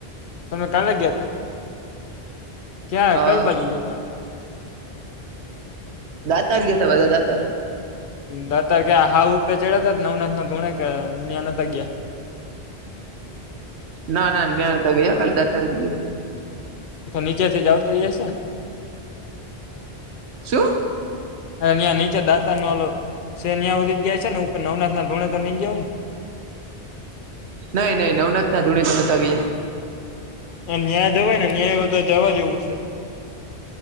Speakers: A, on the left; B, on the right.
A: તમે કાલે ગયા તા ક્યાં
B: હા
A: કઈ બાજુ ગયા તા
B: દાતાર ગયા તા બધા દાતાર
A: દતારખ્યા હા ઉપે ચડતો જ નવનાથ ના ધુણે કે નનતા ગયા
B: ના ના ન્યાણતા ગયા કાલ દત્તાર જ ગયા
A: તો નીચેથી જાવ તો જશે
B: શું
A: ત્યાં નીચે દાતા નલો સેન્યાં સુધી જાય છે ને ઉપર નવનાથ ના ધોણે તો નઈ જવું ને
B: નઈ નઈ નવનતતા ધૂણે નતા ગયા
A: ન્યાય દવાય ને ન્યાય હો જવા જેવું છે